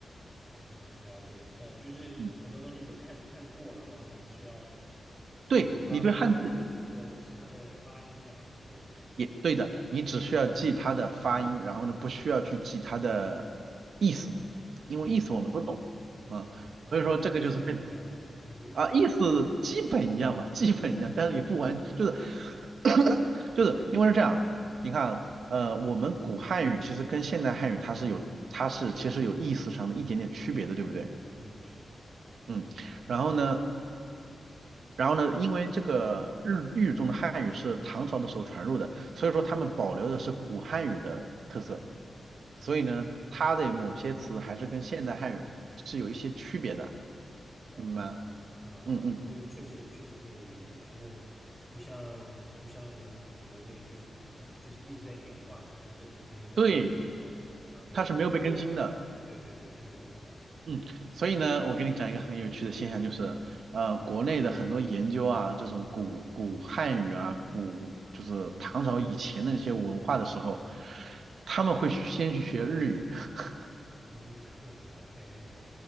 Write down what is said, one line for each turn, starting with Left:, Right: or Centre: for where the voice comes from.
Centre: 然后了解，呃，就是很多东西你都看看过了，
Right: 嗯，
Centre: 然后你只需要
Right: 对，
Centre: 读它读它这个字的其他的发音这样的，
Right: 你对汉字
Centre: 是不是？
Right: 也对的，你只需要记它的发音，然后呢，不需要去记它的意思，因为意思我们都懂啊。
Centre: 嗯嗯哼，哦，
Right: 所以说这个就是非常。
Centre: 所以意思还是一样的，很多意思是一
Right: 啊，意思基本一样吧，基本一样，但是也不完，就是 <coughs> 就是因为是这样，你看，呃，我们古汉语其实跟现代汉语它是有，它是其实有意思上的一点点区别的，对不对？
Centre: 嗯，是。
Right: 嗯，然后呢，然后呢，因为这个日语中的汉语是唐朝的时候传入的，所以说他们保留的是古汉语的特色，
Centre: 哦，
Right: 所以呢，
Centre: 嗯哼，
Right: 它的某些词还是跟现代汉语是有一些区别的，
Centre: 了解，
Right: 明白吗
Centre: 嗯嗯嗯，
Right: 嗯嗯。
Centre: 这个确实确实可以理解，他们不像不像国内就是已经就是一直在演化，他可能就停留在那然后，
Right: 对
Centre: 然后就就
Right: 它是没有被更新的。
Centre: 对对对，就没留下来啊。
Right: 嗯，所以呢，我给你讲一个很有趣的现象，就是，呃，国内的很多研究啊，这种古古汉语啊，古就是唐朝以前的那些文化的时候，他们会去先去学日语，<laughs>
Centre: 嗯 <laughs>，OK，